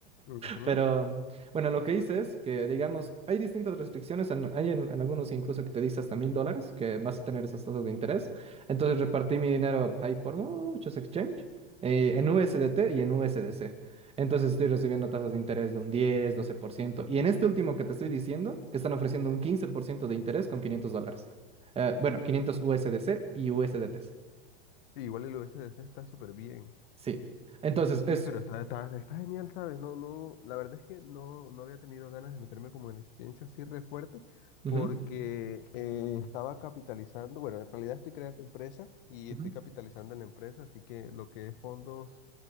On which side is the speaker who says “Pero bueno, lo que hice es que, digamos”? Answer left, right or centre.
Right